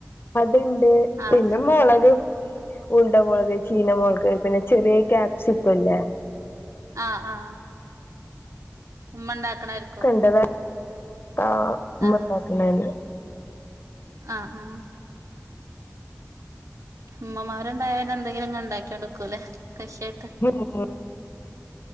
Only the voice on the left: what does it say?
അതുണ്ട്
പിന്നെ മൊളക് ഉണ്ട മുളക്, ചീനമുളക്, പിന്നെ ചെറിയ ക്യാപ്സിക്കല്ലേ
ക്കെ ണ്ട് വേ ആ മ്മണ്ടാക്ക്ണന്നെ
ഉം ഉം